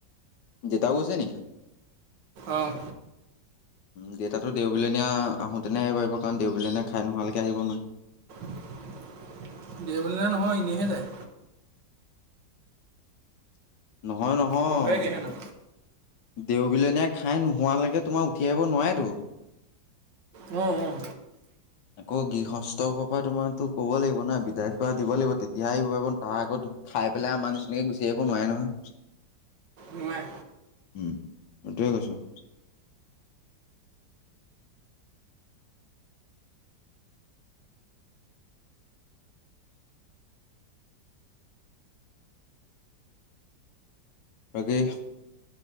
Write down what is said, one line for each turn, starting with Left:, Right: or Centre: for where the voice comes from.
Left: দিতাও গৈছে নি
Right: অঁ
Left: দেউতাতটো দেওবুলিনীয়া আহোতেনে আহিবাৰিব কাৰণ দেওবুলীয়া খাই নোহালকৈ আহিব নহয়।
Right: <unintelligible> নহয়, এনেইহে যায়।
Left: নহয় নহয়
Right: বহেগৈহে না
Left: দেওবিলনীয়া খাই নোহোৱালৈকে তোমাৰ উঠি আহিব নোৱাৰেটো।
Right: উম, উম।
Left: আকৌ গৃহস্থ <unintelligible> তোমাৰতো ক'ব লাগিব ন! বিদায় চোৱা দিব লাগিব, তেতিয়াহে আহিব‌ পাৰিব <unintelligible> আকৌ খাই পেলাই আমাৰ নিচিনাকৈ গুচি আহ দিব নোৱাৰে নহয়
Right: নোৱাৰে
Left: উম সটোৱে কৈছো বাকী